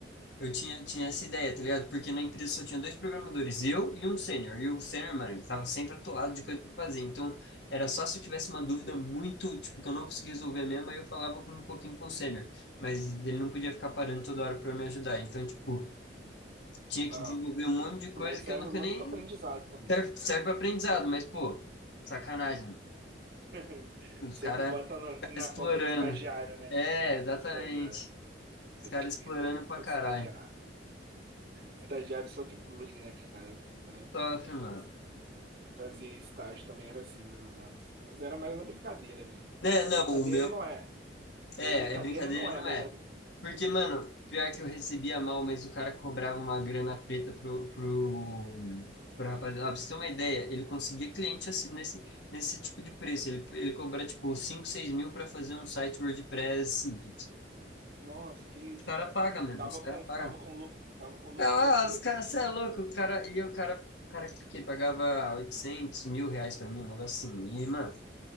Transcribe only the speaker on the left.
eu tinha, tinha essa ideia, tá ligado? Porque na empresa só tinha dois programadores, eu e um sênior, e o sênior, mano, ele tava sempre atolado de coisa pra fazer, então era só se eu tivesse uma dúvida muito, tipo, que eu não conseguia resolver mesmo, aí eu falava com um pouquinho com o sênior, mas ele não podia ficar parando toda hora pra me ajudar, então, tipo, tinha que
desenvolver um monte de coisa
que
eu nunca
nem...
Serve,
serve para aprendizado, mas, pô... Sacanagem.
Os
caras
explorando.
É,
exatamente.
Os
caras
explorando
pra caralho.
Sofre,
mano.
Né,
não,
o meu.
É,
é brincadeira
e
não
é.
Porque, mano, pior que eu recebia mal, mas o cara cobrava uma grana preta pro, pro, pro rapaziada. Ah, pra você ter uma ideia, ele conseguia cliente assim, nesse, nesse tipo de preço. Ele, ele cobra, tipo, 5 6 mil pra fazer um site WordPress simples.
Os caras
pagam,
mano.
Os cara
paga
Ah,
os
caras, você é louco, o cara, e o cara, o cara que pagava 800 mil reais pra mim, um negócio assim, e, mano,